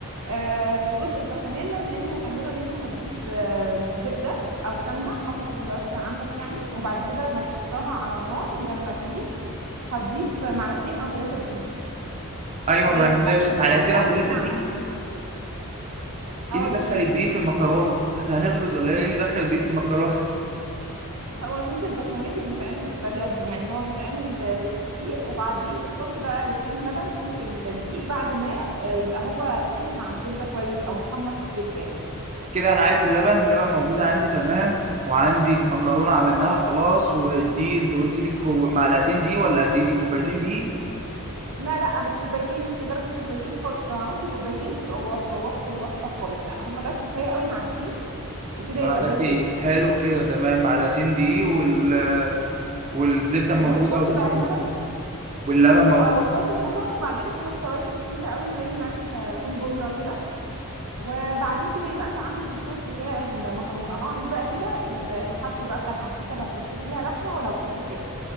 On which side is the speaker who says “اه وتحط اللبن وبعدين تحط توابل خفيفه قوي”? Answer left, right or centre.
Right